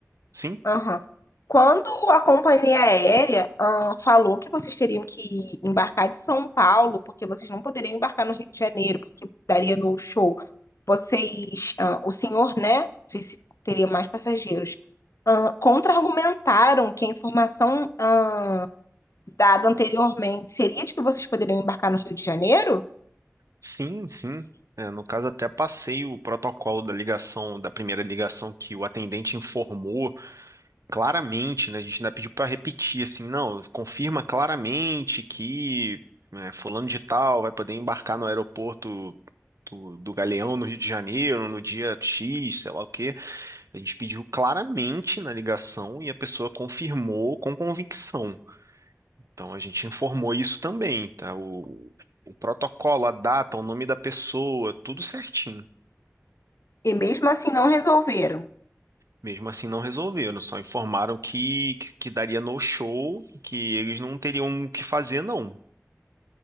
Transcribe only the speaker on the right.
Sim,
sim, sim. É, no caso, até passei o protocolo da ligação, da primeira ligação que o atendente informou claramente, né? A gente ainda pediu para repetir, assim, não, confirma claramente que né, fulano de tal vai poder embarcar no aeroporto do, do Galeão no Rio de Janeiro, no dia X, sei lá o quê. A gente pediu claramente na ligação e a pessoa confirmou com convicção. Então a gente informou isso também, tá? O, o protocolo, a data, o nome da pessoa, tudo certinho.
Mesmo assim não resolveram, só informaram que, que, que daria no show, que eles não teriam o que fazer, não.